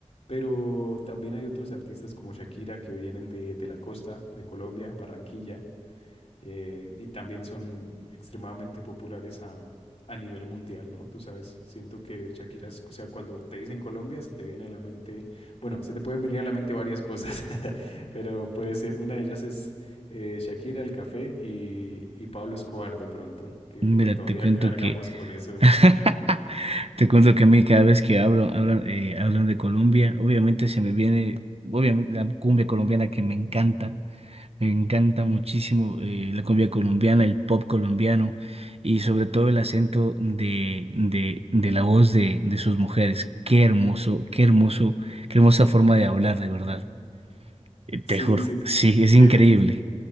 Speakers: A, on the left (about 60°); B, on the right (about 55°).
A: pero también hay otros artistas como Shakira que vienen de, de la costa de Colombia, Barranquilla eh, y también son extremadamente populares a, a nivel mundial, ¿no? Tú sabes, siento que Shakira, es- o sea, cuando te dicen Colombia, se te viene a la mente, bueno, se te pueden venir a la mente varias cosas, <laughs> pero puede ser, una de ellas es eh, Shakira, el café y, y Pablo Escobar de pronto, que,
B: Mira,
A: que todavía
B: te cuento
A: cargamos
B: que...
A: con eso.
B: <laughs> Te cuento que a mí cada vez que hablo, hablan, eh, hablan de Colombia, obviamente se me viene, obviamente la cumbia colombiana que me encanta, me encanta muchísimo eh, la cumbia colombiana, el pop colombiano y sobre todo el acento de, de, de la voz de, de sus mujeres. Qué hermoso, qué hermoso, qué hermosa forma de hablar, de verdad. Eh, Te
A: Sí,
B: juro,
A: sí,
B: sí, es
A: tienen,
B: increíble.